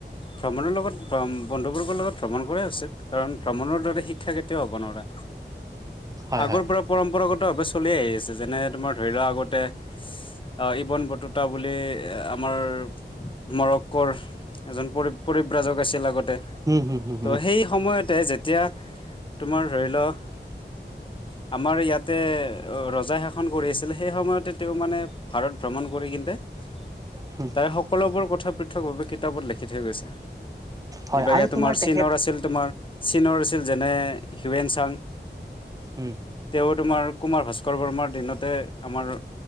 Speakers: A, on the left (about 30°); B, on the right (about 20°).
A: ভ্ৰমণৰ লগত বন্ধুবৰ্গৰ লগত ভ্ৰমণ কৰা উচিত কাৰণ ভ্ৰমণৰ দৰে শিক্ষা কেতিয়াও হ'ব নোৱাৰে।
B: হয়
A: আগৰ
B: হয়
A: পৰা পৰম্পৰাগত ভাৱে চলি আহি আছে যেনে তোমাৰ ধৰি লোৱা আগতে অহ, ইবন বটুতা বুলি আমাৰ মৰক্কৰ এজন পৰি পৰিব্ৰাজক আছিল আগতে
B: উম হুম হুম
A: ত'
B: হুম
A: সেই সময়তে যে এতিয়া তোমাৰ ধৰি ল ' আমাৰ ইয়াতে ৰজাই শাসন সন কৰি আছিল সেই সময়তে তেওঁ মানে ভাৰত ভ্ৰমণ কৰি কিন্তে তাই
B: হুম
A: সকলোবোৰ কথা পৃথকভাৱে কিতাপত লিখি থৈ গৈছে
B: হয়
A: এইভাগে
B: আৰু
A: তোমাৰ
B: তেখেত
A: চীনৰ আছিল তোমাৰ চীনৰ আছিল যেনে হিউৱেন চাং
B: উম
A: তেওঁ তোমাৰ কুমাৰ ভাস্কৰ বৰ্মাৰ দিনতে আমাৰ